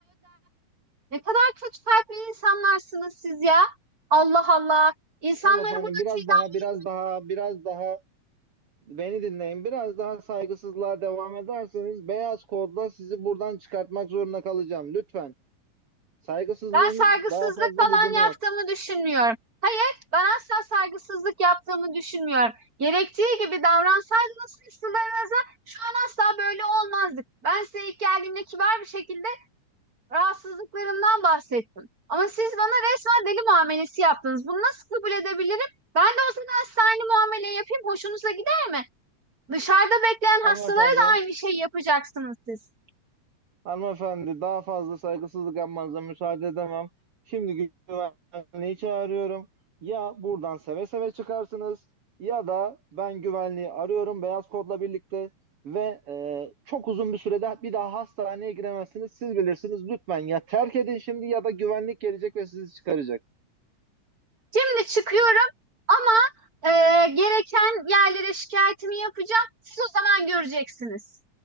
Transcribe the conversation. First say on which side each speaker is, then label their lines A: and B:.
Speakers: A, on the right; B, on the right.
A: Ne kadar kötü kalpli insanlarsınız siz ya. Allah Allah. İnsanları
B: hanımefendi
A: burada
B: biraz
A: çiğden...
B: daha, biraz daha, biraz daha beni dinleyin. Biraz daha saygısızlığa devam ederseniz beyaz kodla sizi buradan çıkartmak zorunda kalacağım. Lütfen. Saygısızlığın
A: Ben saygısızlık
B: daha fazla
A: falan
B: lüzumu yok.
A: yaptığımı düşünmüyorum. Hayır, ben asla saygısızlık yaptığımı düşünmüyorum. Gerektiği gibi davransaydınız hırslarınıza şu an asla böyle olmazdık. Ben size ilk geldiğimde kibar bir şekilde rahatsızlıklarımdan bahsettim. Ama siz bana resmen deli muamelesi yaptınız. Bunu nasıl kabul edebilirim? Ben de o zaman size muamele yapayım. Hoşunuza gider mi? Dışarıda bekleyen hastalara
B: Hanımefendi.
A: da aynı şeyi yapacaksınız siz.
B: Hanımefendi daha fazla saygısızlık yapmanıza müsaade edemem. Şimdi güvenliği çağırıyorum. Ya buradan seve seve çıkarsınız ya da ben güvenliği arıyorum beyaz kodla birlikte ve e, çok uzun bir sürede bir daha hastaneye giremezsiniz. Siz bilirsiniz lütfen ya terk edin şimdi ya da güvenlik gelecek ve sizi çıkaracak.
A: Şimdi çıkıyorum ama e, gereken yerlere şikayetimi yapacağım. Siz o zaman göreceksiniz.